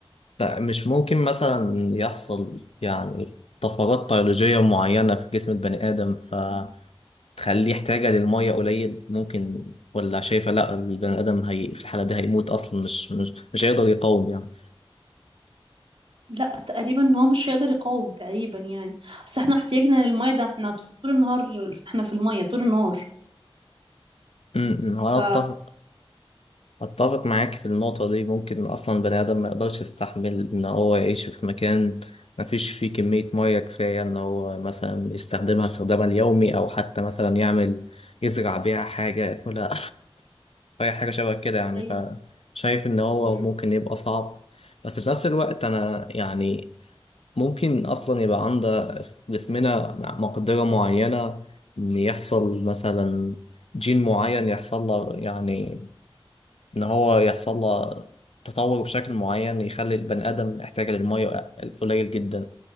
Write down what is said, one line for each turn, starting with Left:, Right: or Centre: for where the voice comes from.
Left: لا، مش ممكن مثلا يحصل يعني طفرات بيولوجية معينة في جسم البني آدم فتخليه احتياجه للمية قليل ممكن ولا شايفة لا البني آدم هي في الحالة دي هيموت أصلا مش مش مش هيقدر يقاوم يعني
Right: لا تقريبا ان هو مش هيقدر يقاوم تقريبا يعني اصل احنا احتياجنا للمية ده احنا طول النهار احنا في المية طول النهار
Left: أمم، هو
Right: ف
Left: أنا أتفق أتفق معاك في النقطة دي ممكن أصلا البني آدم ما يقدرش يستحمل إن هو يعيش في مكان ما فيش فيه كمية مية كفاية إن هو مثلا يستخدمها استخدامها اليومي أو حتى مثلا يعمل يزرع بيها حاجة ياكلها اي حاجه شبه كده يعني
Right: ايوه
Left: فشايف ان هو
Right: امم
Left: ممكن يبقى صعب بس في نفس الوقت انا يعني ممكن اصلا يبقى عند جسمنا مقدره معينه ان يحصل مثلا جين معين يحصل له يعني ان هو يحصل له تطور بشكل معين يخلي البني ادم يحتاج للميه قليل جدا